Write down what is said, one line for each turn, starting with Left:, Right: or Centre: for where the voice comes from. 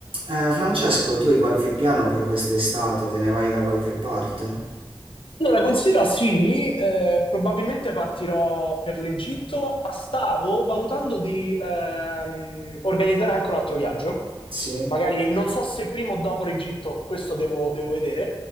Right: Eh, Francesco, tu hai qualche piano per quest'estate? Te ne vai da qualche parte?
Left: Allora, considera sì, eh, probabilmente partirò per l'Egitto, ma stavo valutando di ehm, organizzare anche un altro viaggio.
Right: Sì?
Left: Magari non so se prima o dopo l'Egitto, questo devo, devo vedere.